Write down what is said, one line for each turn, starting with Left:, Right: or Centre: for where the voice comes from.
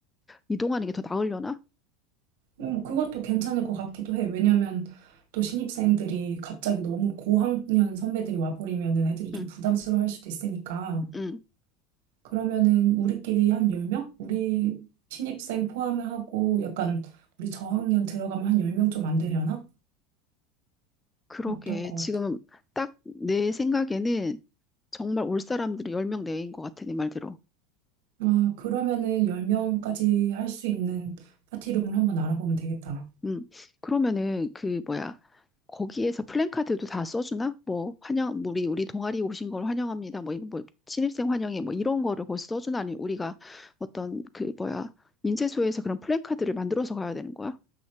Left: 이동하는 게 더 나으려나?
Right: 음, 그것도 괜찮을 것 같기도 해. 왜냐면 또 신입생들이 갑자기 너무 고학년 선배들이 와버리면은 애들이 좀
Left: 응,
Right: 부담스러워 할 수도 있으니까.
Left: 응.
Right: 그러면은 우리끼리 한 10명? 우리 신입생 포함을 하고 약간 우리 저학년 들어가면 한 10명 좀 안 되려나?
Left: 그러게.
Right: 어떨 것
Left: 지금
Right: 같아.
Left: 딱 내 생각에는 정말 올 사람들이 10명 내외인 것 같아, 네 말대로.
Right: 아, 그러면은 10명까지 할 수 있는 파티룸을 한번 알아보면 되겠다.
Left: 음, 그러면은 그 뭐야 거기에서 플랜카드도 다 써주나? 뭐 환영 우리 우리 동아리 오신 걸 환영합니다. 뭐 이거 뭐 신입생 환영회 뭐 이런 거를 거기 서 써주나? 아니 우리가 어떤 그 뭐야 인쇄소에서 그런 플랜카드를 만들어서 가야 되는 거야?